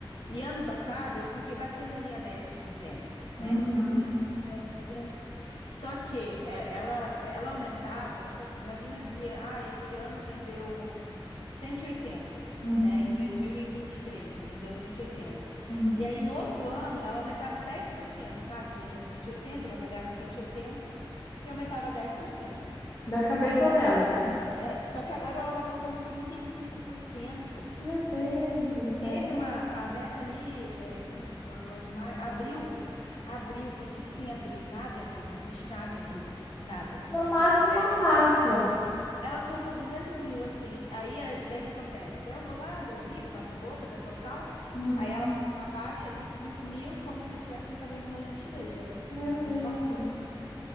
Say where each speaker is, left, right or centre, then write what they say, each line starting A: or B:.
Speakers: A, on the left; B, on the left.
A: E ano passado eu fiquei batendo ali a média de 200, né?
B: Uhum.
A: 200, 200, 200. Só que é, ela, ela aumentava, tipo assim, imagina que ah, esse ano vendeu 180,
B: Uhum,
A: né? Em 2023 vendeu 180. E oitenta.
B: uhum.
A: E aí no outro ano ela aumentava 10%. Então, ah, você vendeu 180, ela pegava 180 e oitenta e aumentava 10%.
B: Da cabeça dela.
A: É, só que agora ela tá colocando 35%.
B: Meu Deus do
A: Teve
B: céu.
A: uma, a Beta ali, é, como foi agora de maio, abril, abril, que aqui que tem abril, nada em abril, não existe nada em abril, nada.
B: No máximo
A: É,
B: a Páscoa.
A: ela colocou 200 mil assim, aí é, daí que acontece? Daí eu vou lá, daí eu brigo, bato boca, tal, tal, tal.
B: Uhum.
A: Aí ela abaixa ali 5 mil, como se estivesse me fazendo uma gentileza, né?
B: Meu
A: Um
B: Deus.
A: favor.